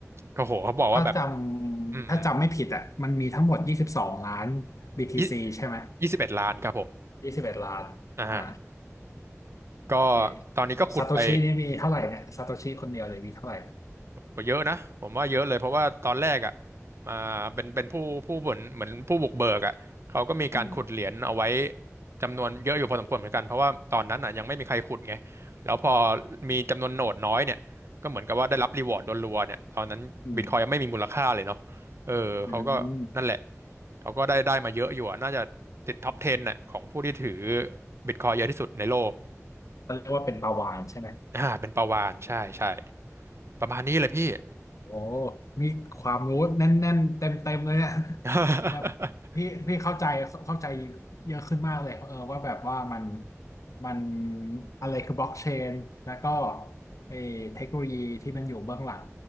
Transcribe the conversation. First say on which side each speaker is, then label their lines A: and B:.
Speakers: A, on the right; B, on the left.
A: ก็โหเขาบอกว่าแบบ
B: ถ้าจำถ้าจำไม่ผิดอ่ะมันมีทั้งหมดยี่สิบสองล้าน
A: อืมอืม
B: BTC
A: ยี่
B: ใช่ไหม
A: ยี่สิบเอ็ดล้านครับผม
B: ยี่สิบเอ็ดล้านอ่า
A: อ่า ก็
B: เอ
A: ตอนนี้ก็ขุดไป
B: ซาโตชินี่มีเท่าไหร่เนี่ยซาโตชิคนเดียวเลยมีเท่าไหร่นะ
A: โหเยอะนะผมว่าเยอะเลยเพราะว่าตอนแรกอ่ะมาเป็นเป็นผู้ผู้บุนเหมือนผู้บุกเบิกอ่ะเขาก็มีการขุดเหรียญเอาไว้
B: อืม
A: จำนวนเยอะอยู่พอสมควรเหมือนกันเพราะว่าตอนนั้นอ่ะยังไม่มีใครขุดไงแล้วพอมีจำนวนโหนดน้อยเนี่ยก็เหมือนกับว่าได้รับรีวอร์ดรัวๆเนี่ยตอนนั้นบิตคอยยังไม่มีมูลค่าเลยเนาะเออเขาก็นั่นแหละ
B: อืมอืม
A: เขาก็ได้ได้มาเยอะอยู่อะน่าจะติดท็อป10น่ะของผู้ที่ถือบิตคอยเยอะที่สุดในโลก
B: เขาเรียกว่าเป็นปลาวาฬใช่ไหม
A: อ่าเป็นประวานใช่ใช่ประมาณนี้เลยพี่
B: โอ้ มีความรู้แน่นๆเต็มๆเลยเนี่ย
A: <laughs>
B: <laughs> แบบพี่พี่เข้าใจเข้าใจเยอะขึ้นมากเลยเออว่าแบบว่ามันมันอะไรคือบล็อกเชนแล้วก็ไอ้เทคโนโลยีที่มันอยู่เบื้องหลัง